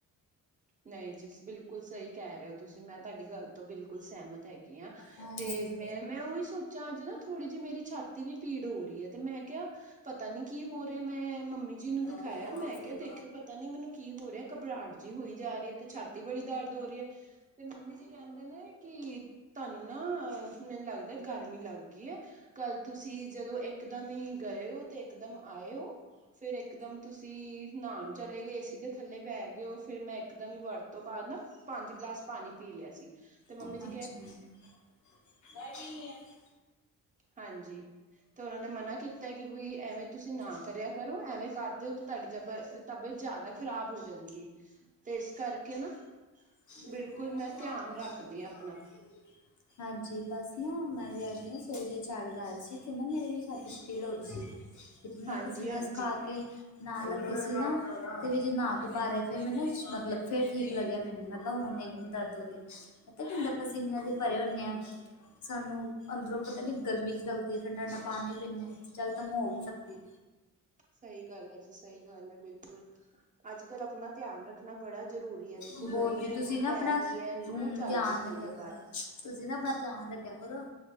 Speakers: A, on the right (about 20°); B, on the left (about 55°).
A: ਨਹੀਂ ਜੀ, ਬਿਲਕੁਲ ਸਹੀ ਕਹਿ ਰਹੇ ਹੋ ਤੁਸੀਂ ਮੈਂ ਤੁਹਾਡੀ ਗੱਲ ਤੋਂ ਬਿਲਕੁਲ ਸਹਿਮਤ ਹੈਗੀ ਆ।
B: ਹਾਂਜੀ
A: ਤੇ ਮੈਂ- ਮੈਂ ਉਹੀ ਸੋਚਿਆ ਅੱਜ ਨਾ ਥੋੜ੍ਹੀ ਜਿਹੀ ਮੇਰੀ ਛਾਤੀ ਵੀ ਪੀੜ ਹੋ ਰਹੀ ਹੈ ਤੇ ਮੈਂ ਕਿਹਾ। ਪਤਾ ਨੀ ਕੀ ਹੋ ਰਿਹਾ ਮੈਂ ਮੰਮੀ ਜੀ ਨੂੰ
B: ਹਾਂਜੀ
A: ਦਿਖਾਇਆ ਮੈਂ ਕਿਹਾ ਦੇਖਿਓ ਪਤਾ ਨੀ ਮੈਨੂੰ ਕੀ ਹੋ ਰਿਹਾ ਘਬਰਾਟ ਜੀ ਹੋਈ? ਜਾ ਰਹੀ ਹੈ ਤੇ ਛਾਤੀ ਬੜੀ ਦਰਦ ਹੋ ਰਹੀ ਹੈ ਤੇ ਮੰਮੀ ਜੀ ਕਹਿੰਦੇ ਨੇ ਕਿ ਤੁਹਾਨੂੰ ਨਾ ਅਹ ਮੈਨੂੰ ਲੱਗਦਾ ਗਰਮੀ ਲੱਗ ਗਈ ਹੈ ਕੱਲ ਤੁਸੀਂ ਜਦੋਂ ਇੱਕਦਮ ਹੀ ਗਏ ਹੋ ਤੇ ਇਕ ਦਮ ਆਏ ਹੋ ਫੇਰ ਇੱਕ ਦਮ ਤੁਸੀਂ ਨਹਾਉਣ ਚਲੇ ਗਏ ਸੀਗੇ। ਥੱਲੇ ਬਹਿ ਗਏ ਉਹ ਫਿਰ ਮੈਂ ਇੱਕਦਮ ਹੀ ਵਰਤ ਤੋਂ ਬਾਅਦ ਨਾ ਪੰਜ ਗਲਾਸ ਪਾਣੀ ਪੀ ਲਿਆ ਸੀ। ਤੇ
B: ਅੱਛਾ।
A: ਮੰਮੀ ਜੀ ਕਹਿ ਹਾਂਜੀ, ਤੇ ਉਹਨਾਂ ਨੇ ਮਨਾ ਕੀਤਾ? ਕਿ ਵੀ ਐਵੇਂ ਤੁਸੀਂ ਨਾ ਕਰਿਆ ਕਰੋ ਐਵੇਂ ਕਰਦੇ ਹੋ ਤਾਂ ਤੁਹਾਡੀ ਜਬ ਤਬੀਅਤ ਜ਼ਿਆਦਾ ਖਰਾਬ ਹੋ ਜਾਏਗੀ। ਤੇ ਇਸ ਕਰਕੇ ਨਾ।
B: ਚ
A: ਬਿਲਕੁਲ ਮੈਂ
B: <unintelligible>
A: ਧਿਆਨ ਰੱਖਦੀ ਹਾਂ
B: ਆਮ
A: ਆਪਣਾ
B: ਹਾਂਜੀ ਬਸ ਹੁਣ ਮੈਂ ਨਾ ਜਦੋਂ ਅੱਜ ਸਵੇਰੇ- ਸਵੇਰੇ ਝਾੜੂ ਲਾ ਰਹੀ ਸੀ ਤੇ ਨਾ ਮੇਰੇ ਛਾਤੀ 'ਚ' ਪੀੜ ਹੋ ਰਹੀ ਸੀ। ਜਿਹਨਾ
A: ਹਾਂਜੀ
B: ਪਸੀਨਾ
A: ਹਾਂਜੀ
B: ਸੁੱਕਾ ਕੇ। ਨਾ ਲੱਗੀ ਸੀ ਨਾ ਤੇ ਵੀ ਜੇ ਨਾ ਕੇ ਬਾਹਰ ਅੱਗੇ ਮਤਲਬ ਫੇਰ ਠੀਕ ਲੱਗਿਆ ਮੈਨੂੰ। ਹੁਣ ਨੀ ਦਿੰਦਾ ਤੋਰੇ ਪਤਾ ਕਿੱਦਾਂ ਪਸੀਨੇ ਨਾਲ ਅਸੀਂ ਭਰੇ ਹੁੰਦੇ ਆ। ਸਾਨੂੰ ਅੰਦਰੋਂ ਪਤਾ ਨੀ ਗਰਮੀ ਜੀ ਲੱਗਦੀ ਠੰਡਾ- ਠੰਡਾ ਪਾਣੀ ਪੀਣੇ ਆ ਚਕਦਮ ਹੋ ਵੀ ਸਕਦੀ ਆ।
A: ਸਹੀ ਗੱਲ ਹੈ, ਜੀ ਸਹੀ ਗੱਲ ਹੈ ਬਿਲਕੁੱਲ। ਅੱਜ- ਕੱਲ੍ਹ ਆਪਣਾ ਧਿਆਨ ਰੱਖਣਾ ਬੜਾ ਜ਼ਰੂਰੀ ਏ ਦੇਖੋ
B: ਬਹੁਤ
A: ਗਰਮੀ
B: ਜੀ ਤੁਸੀਂ
A: ਇੰਨੀ
B: ਨਾ ਆਪਣਾ
A: ਪੈ ਰਹੀ ਏ ਲੂ
B: ਹਮ
A: ਚੱਲਦੀ
B: ਧਿਆਨ
A: ਪਈ
B: ਰੱਖਿਆ
A: ਏ
B: ਕਰੋ
A: ਬਾਹਰ।
B: ਤੁਸੀਂ ਨਾ ਆਪਣਾ ਧਿਆਨ ਰੱਖਿਆ ਕਰੋ।